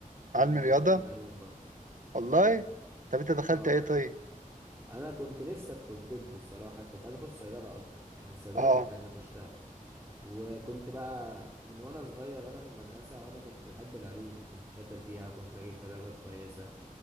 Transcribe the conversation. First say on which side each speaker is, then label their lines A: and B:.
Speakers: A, on the right; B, on the right.
A: لا
B: علمي
A: انا
B: رياضه
A: كنت علم علوم برضه
B: والله طب انت دخلت
A: اه
B: ايه طيب
A: انا كنت نفسي ادخل طب الصراحه كنت عايز اخش صيدله اكتر يعني الصيدله
B: اه
A: كنت عايز اخشها وكنت بقى من وانا صغير وانا في المدرسه وانا كنت بحب العلوم وكنت شاطر فيها وكنت بجيب فيها درجات كويسه